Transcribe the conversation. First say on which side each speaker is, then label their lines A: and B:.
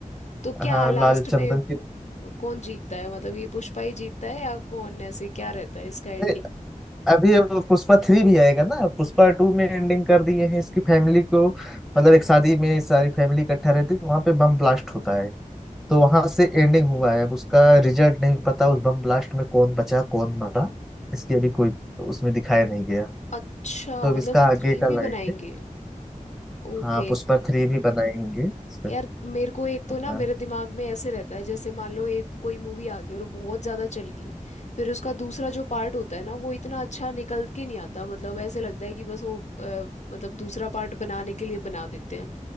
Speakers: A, on the left; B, in the centre.
A: तो क्या
B: हाँ
A: लास्ट
B: लाल चंदन
A: में कौन जीतता है मतलब ये पुष्पा ही जीतता है या कौन ऐसे क्या रहता है इसका एंडिंग
B: की अभी अब पुष्पा थ्री भी आएगा ना पुष्पा टू में एंडिंग कर दिए हैं इसकी फैमिली को मतलब एक शादी में सारी फैमिली इकट्ठा रहती है वहां पे बम ब्लास्ट होता है तो वहां से एंडिंग हुआ है अब उसका रिजल्ट नहीं पता उस बम ब्लास्ट में कौन बचा कौन मरा इसकी अभी कोई उसमें दिखाया नहीं गया
A: अच्छा
B: तो अब
A: मतलब
B: इसका आगे
A: थ्री भी
B: का लाएंगे
A: बनाएंगे ओके
B: हाँ पुष्पा थ्री भी बनाएंगे इसका
A: यार मेरे को एक तो ना
B: हाँ
A: मेरे दिमाग में ऐसे रहता है जैसे मान लो एक कोई मूवी आ गई और बहुत ज़्यादा चल गई फिर उसका दूसरा जो पार्ट होता है ना वो इतना अच्छा निकल के नहीं आता मतलब ऐसे लगता है कि बस वो अ, मतलब दूसरा पार्ट बनाने के लिए बना देते हैं